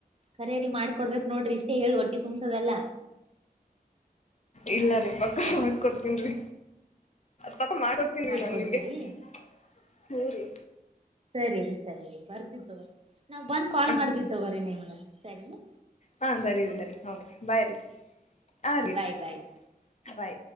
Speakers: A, on the right; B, on the left.
A: ಸರೇ ರಿ ಮಾಡಕೊಡ್ಬೇಕ್ ನೋಡ್ರಿ ಇಷ್ಟೇ ಹೇಳಿ ಹೊಟ್ಟೆ ತುಂಬ್ಸದಲ್ಲ
B: ಇಲ್ಲ ರೀ ಪಕ್ಕ
A: ಹಲೋ
B: ಮಾಡ್ಕೊಡ್ತನ್ರಿ ಪಾ ಮಾಡ್ಕೊಡ್ತೀನ್ ರೀ
A: ಮಾಡಿಕೊಡ್ತೀರಿ
B: ನಾನ್ ನಿಮ್ಗೆ <inaudible> ಹೂ ರೀ
A: ಸರಿ ರೀ ಸರಿ ರೀ ಬರ್ತಿ ತಗೋರಿ ನಾವ್ ಬಂದ್ ಕಾಲ್
B: ಹ
A: ಮಾಡಿತಿವಿ ತಗೋರೀ ನಿಮಗೆ ಸರಿ ನೀ
B: ಹಾ ಸರಿ ರೀ ಸರಿ ರೀ ಹೌದ್ರಿ ಬೈ ರೀ <inaudible> ಹಾ ರೀ ಇಡ್ರಿ
A: ಬಾಯ್ ಬಾಯ್.
B: <inaudible> ಬೈ